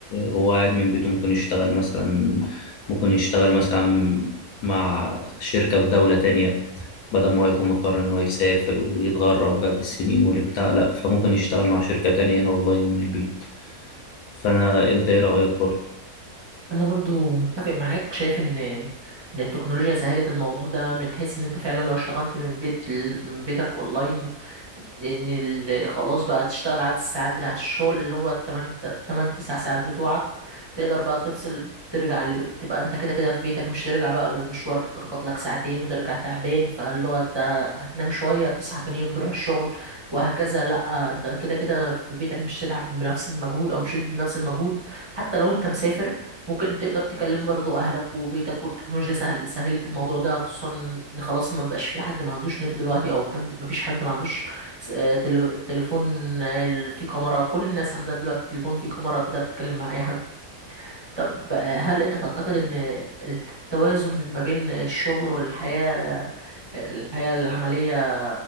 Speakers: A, on the left; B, on the right.
A: هو قاعد من بيته ممكن يشتغل مثلا ممكن يشتغل مثلا مع شركة في دولة تانية بدل ما يكون مضطر إنه يسافر ويتغرب بقى بالسنين والبتاع لأ فممكن يشتغل مع شركة تانية هنا أونلاين من البيت فأنا أنت إيه رأيك برضه؟
B: انا برضو متفق معاك شايف ان ان التكنولوجيا سهلت الموضوع ده من حيث ان انت فعلا لو اشتغلت من بيت ل- من بيتك اونلاين لان ال- خلاص بقى تشتغل عدد الساعات بتاعت الشغل اللي هو 8 8 9 ساعات بتوعك تقدر بقى تفصل ترجع ال- تبقى انت كده كده في بيتك مش ترجع بقى المشوار تخبط لك ساعتين وترجع تعبان فاللي هو انت هتنام شوية تصحى تاني يوم تروح الشغل وهكذا لا انت كده كده في بيتك مش هتتعب بنفس المجهود او مش بنفس المجهود حتى لو انت مسافر ممكن تقدر تكلم برضو اهلك وبيتك والتكنولوجيا سهل سهلت الموضوع ده خصوصا ان خلاص ما بقاش في حد ما عندوش نت دلوقتي او حد ما فيش حد ما عندوش س- آه، تلو- تليفون آه، فيه كاميرا كل الناس عندها دلوقتي تليفون فيه كاميرا تقدر تتكلم مع اي حد طب آه، هل انت تعتقد ان التوازن ما بين الشغل والحياة الحياة العملية